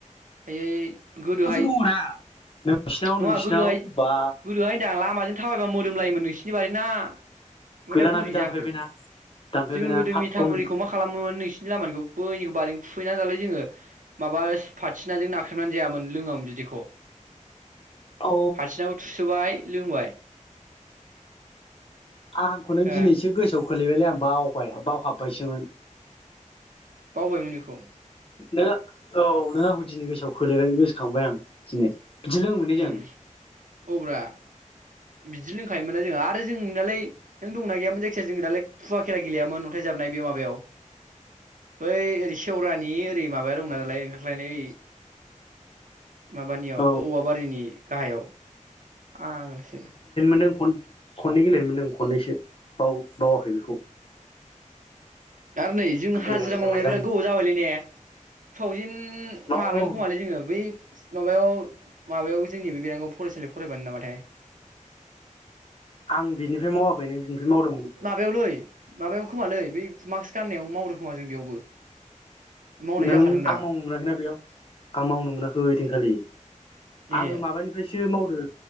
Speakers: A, on the right; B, on the left.
A: आइयै गोदोहाय
B: दङना नोंसिनाव
A: नङा
B: नोंसिनाव
A: गोदोहाय
B: बा
A: गोदोहाय होनदां लामाजों थाबायबा मोदोमलायोमोन नोंसिनि बारि ना ओमफाय
B: गैलाना
A: दा बोरै
B: बे दानफायबायना
A: जाखो
B: दानफायबायना
A: जोङो गोदो
B: हाब
A: मिथामुरिखौ
B: बावनो
A: मा खालामोमोन नोंसिनि लामानिखौ बैनिखौ बारिनिखौ खुफैना दालाय जोङो माबा फाथिनाजों नाख्रेबनानै जायामोन लोङामोन बिदिख'
B: अ
A: फासिनाखौ थुसोबाय लोंबाय।
B: आंंखौनो
A: हो
B: दिनैसो गोसोआव खोलैबायलाय आं बावबाय बाव हाबबायसोमोन।
A: बावबाय मोन इखौ।
B: नोंङो औ नों आंखौ दिनै गोसोआव खोलैबाय गोसोखांबाय आं दिनै। बिदि लोङोमोनलै
A: उम
B: जों
A: औ ब्रा बिदि लोंखायोमोन ना जोंहा आरो जों दालाय नों दंना गैयामोन जायखिजाया जों दालाय फुवा खेला गेलेयामोन अन्थाइजाबनाय बे माबायाव बै ओरै सेेवरानि ओरै माबाया दं ना दालाय ओंखारख्लायनाय माबानियाव
B: औ
A: औवा बारिनि गाहायाव आ आंसै
B: नोखन खनै गेलेयोमोन ओं खननैसो बाव बावाखै बेखौ
A: दा आरो नै जों हाजिरा
B: गेलेनो मोनदों
A: मावनाया
B: मोजांनो
A: बिराद गोबाव जाबायलै ने टु थावजेेन
B: औ
A: माबायाव
B: औ
A: खोमालै जोङो बै माबायाव माबायाव जोंनि बे बिङाव फरायसालियाव फरायबानो नामाथाय।
B: आं बिनिफ्राय मावाखै नों बिनिफ्राय मावदोंमोन।
A: बायावलै माबायाव खोमालै बेै मास्क गाननायाव मावदो खोमा जों बेयावबो। मावनाय
B: नों
A: जाखादों दां
B: आं मावनो मोनाखैना बेयाव आं मावनो मोनाखै ओइ दिनखालि आङो
A: ए
B: माब्लानिफ्राय सो मावदों